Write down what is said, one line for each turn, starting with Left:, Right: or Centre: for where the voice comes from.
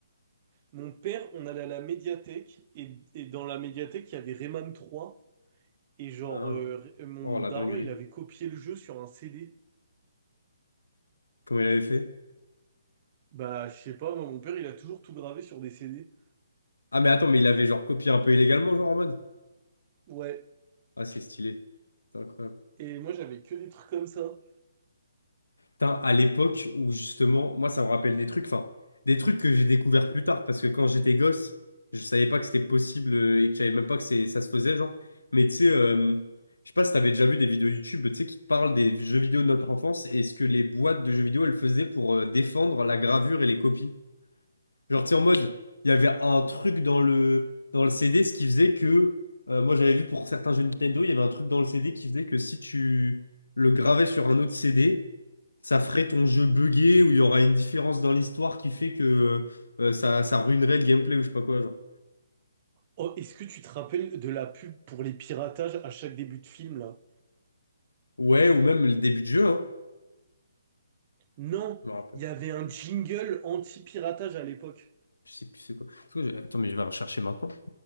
Right: Mon père, on allait à la médiathèque, et, et dans la médiathèque, il y avait Rayman 3, et genre,
Left: Ah,
Right: euh, mon
Left: oh la
Right: daron,
Left: dinguerie.
Right: il avait copié le jeu sur un CD.
Left: Comment il avait fait?
Right: Bah, je sais pas, moi, mon père, il a toujours tout gravé sur des CD.
Left: Ah mais attends, mais il avait genre copié un peu illégalement, genre en mode.
Right: Ouais,
Left: Ah c'est stylé. C'est incroyable.
Right: et moi, j'avais que des trucs comme ça.
Left: Putain, à l'époque où justement, moi ça me rappelle des trucs, enfin, des trucs que j'ai découvert plus tard, parce que quand j'étais gosse, je savais pas que c'était possible euh, et que je savais même pas que c'est, ça se faisait, genre. Mais tu sais, euh, je sais pas si t'avais déjà vu des vidéos YouTube, tu sais, qui te parlent des jeux vidéo de notre enfance et ce que les boîtes de jeux vidéo, elles faisaient pour euh, défendre la gravure et les copies. Genre, tu sais, en mode, il y avait un truc dans le, dans le CD, ce qui faisait que, euh, moi j'avais vu pour certains jeux Nintendo, il y avait un truc dans le CD qui faisait que si tu le gravais sur un autre CD, ça ferait ton jeu buggé ou il y aura une différence dans l'histoire qui fait que euh, ça, ça ruinerait le gameplay ou je sais pas quoi, genre.
Right: Oh, est-ce que tu te rappelles de la pub pour les piratages à chaque début de film, là?
Left: Ouais, ou même le début de jeu, hein.
Right: Non,
Left: Je me rappelle.
Right: il y avait un jingle anti-piratage à l'époque.
Left: Je sais plus c'est quoi. Parce que j'ai- Attends, mais je vais rechercher maintenant.